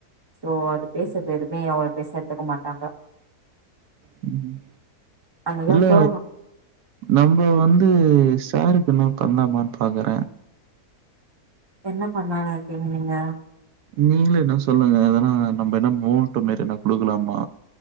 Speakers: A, on the right; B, on the right.
A: சோ அது பேசுறது எதுவுமே அவ்வளவு பெருச எடுத்துக்க மாட்டாங்க
B: ம்
A: அதனால
B: இல்ல
A: சோ
B: நம்மப வந்து சாருக்கு என்னா பண்லாமான் பாக்குற
A: என்ன பண்ணால இருக்கீங் நீங்க
B: நீங்ளு என்னா சொல்லுங்க எதனா நம்ப என்ன மோள்ட்டு மேரி என்னா குடுக்லாமா